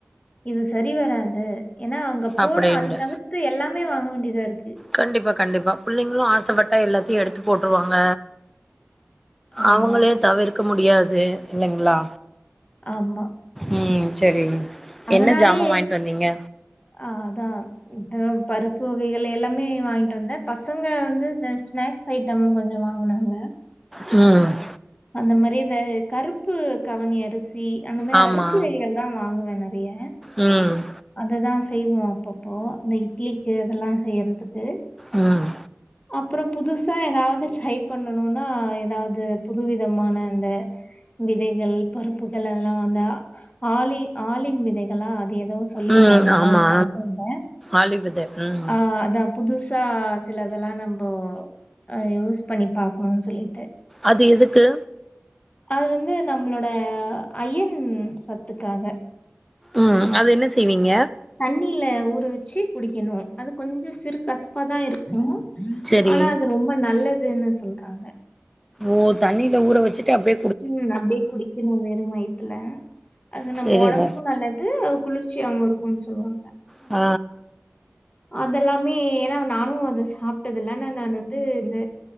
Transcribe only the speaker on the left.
இது சரி வராது ஏனா அங்க
போன அது தவிர்த் எல்லாமே வாங்க வேண்டியதா இருக்கு
ஆமா,
ஆமா
அதனாலே
அ அதா இந்த பருப்பு வகைகள் எல்லாமே வாங்கிட்டு வந்த பசங்க வந்து இந்த ஸ்நாக்ஸ் ஐட்டம் கொஞ்சோ வாங்னாங்க
அந்த மாரி இந்த கருப்பு கவுனி அரி சி அந்த மாரி
அரிசி வகைகள் தா வாங்குவ நறைய
அது தா செய்வோ அப்பப்போ இந்த இட்லிக்கு அதெல்லா செய்யறதுக்கு
அப்புறோ புதுசா ஏதாவது ட்ரை பண்ணணுன்னா ஏதாவது புதுவிதமான இந்த விதைகள் பருப்புகள் அதெல்லா வந்தா ஆலி ஆலிப் விதைகளா அது ஏதோ சொல்லிருந்தாங்க
அதுவு
வாங்கிட்டு வந்த
அ அதா புதுசா சிலதெல்லா நம்போ அ யூஸ் பண்ணி பாக்கணுன் சொல்லிட்டு
அது வந்து நம்மளோட அயன் சத்துக்காக
தண்ணியில ஊற வச்சு குடிக்குணு அது கொஞ்சோ சிறு கசப்பாதா இருக்கு
ஆனா அது ரொம்ப நல்லதுன்னு சொல்றாங்க
ம் அப்டே குடிக்கணு வெறு வயத்துல அது நம்ம
ஒடம்புக்கு
நல்லது குளிர் ச்சியாவு இருக்குன் சொல்வாங்க
அதெல்லாமே ஏனா நானு அத சாப்டாதில்ல ந ந நான் வந்து இந்த